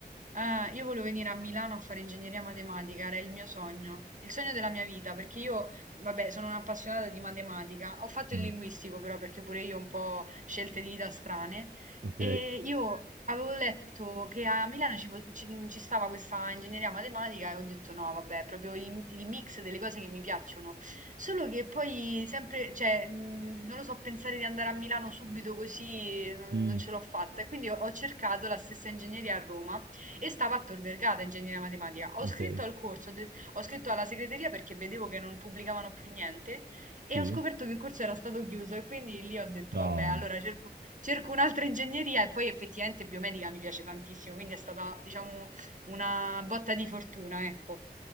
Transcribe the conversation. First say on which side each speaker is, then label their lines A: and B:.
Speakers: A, on the right; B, on the right.
A: Eh, io volevo venire a Milano a fare ingegneria matematica, era il mio sogno, il sogno della mia vita, perché io, vabbè, sono un'appassionata di matematica, ho fatto
B: Mm,
A: il linguistico però perché pure io ho un po' scelte di vita strane
B: ok,
A: e io avevo letto che a Milano ci, fo- ci- ci stava questa ingegneria matematica e ho detto no, vabbè, è proprio il, il mix delle cose che mi piacciono, solo che poi sempre, cioè, mh, non lo so, pensare di andare a Milano subito così non,
B: Mm,
A: non ce l'ho fatta e quindi ho ho cercato la stessa ingegneria a Roma e stava a Tor Vergata, ingegneria matematica. Ho
B: ok,
A: scritto al corso, ho det- ho scritto alla segreteria perché vedevo che non pubblicavano più niente e
B: sì,
A: ho scoperto che il corso era stato chiuso e quindi lì ho detto,
B: no,
A: vabbè, allora cerco, cerco un'altra ingegneria e poi effettivamente biomedica mi piace tantissimo, quindi è stata, diciamo, una botta di fortuna, ecco.